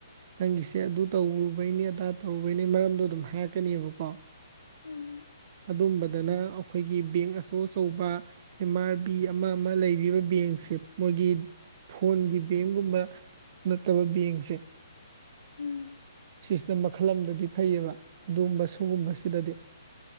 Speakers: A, on the right (about 40°); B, on the left (about 70°).
A: ꯅꯪꯒꯤꯁꯦ ꯑꯗꯨ ꯇꯧꯔꯨꯕꯩꯅꯤ ꯑꯗꯥ ꯇꯧꯔꯨꯕꯩꯅꯤ ꯃꯔꯝꯗꯣ ꯑꯗꯨꯝ ꯍꯥꯏꯔꯀꯅꯦꯕꯀꯣ
B: ꯎꯝ
A: ꯑꯗꯨꯝꯕꯗꯅ ꯑꯩꯈꯣꯏꯒꯤ ꯕꯦꯡ ꯑꯆꯧ ꯑꯆꯧꯕ ꯑꯦꯝ ꯑꯥꯔ ꯕꯤ ꯑꯃ ꯑꯃ ꯂꯩꯔꯤꯕ ꯕꯦꯡꯁꯦ ꯃꯣꯏꯒꯤ ꯐꯣꯟꯒꯤ ꯕꯦꯡꯒꯨꯝꯕ ꯅꯠꯇꯕ ꯕꯦꯡꯁꯦ
B: ꯎꯝ
A: ꯁꯤꯁꯅ ꯈꯜꯂꯝꯗꯗꯤ ꯐꯩꯌꯦꯕ ꯑꯗꯨꯒꯨꯝꯕ ꯁꯤꯒꯨꯝꯕꯁꯤꯗꯗꯤ
B: ꯎꯝ